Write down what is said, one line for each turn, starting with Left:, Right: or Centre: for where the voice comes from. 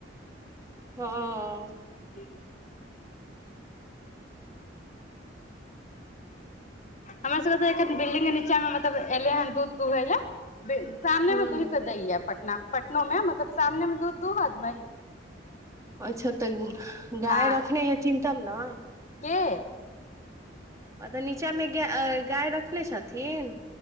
Right: हँ
Left: क हमर सबके तऽ एखन बिल्डिंगग के नीचा में मतलब एलै हन दूध दुहै लए सामने
Right: हूँ
Left: में दुही के दैय पटना पटना में मतलब सामने में दूध दूहत बा
Right: अच्छा तऽ गाय
Left: हँ
Right: रखने हेथिन तब ने
Left: के
Right: म तब नीचाँ में गाय गाय रखने छथिन